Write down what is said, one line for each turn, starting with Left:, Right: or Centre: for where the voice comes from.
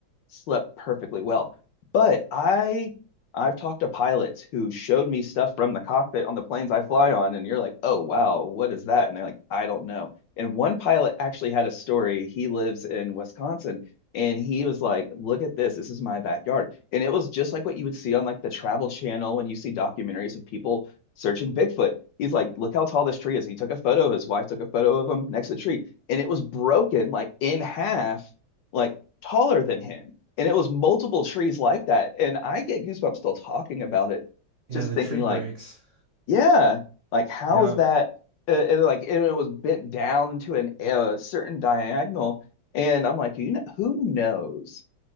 Left: slept perfectly well. But I I've talked to pilots who showed me stuff from the cockpit on the planes I fly on, and you're like, oh wow, what is that? And they're like, I don't know. And one pilot actually had a story. He lives in Wisconsin and he was like, look at this, this is my backyard. And it was just like what you would see on like the Travel Channel when you see documentaries of people searching Bigfoot. He's like, look how tall this tree is. And he took a photo. His wife took a photo of him next to the tree, and it was broken like in half, like taller than him. And it was multiple trees like that. And I get goosebumps still talking about it,
Right: Yeah,
Left: just
Right: the
Left: thinking
Right: tree
Left: like,
Right: breaks.
Left: yeah, like how
Right: Yeah,
Left: is that? Uh, and like and it was bent down to an a uh, certain diagonal. And I'm like, you know, who knows?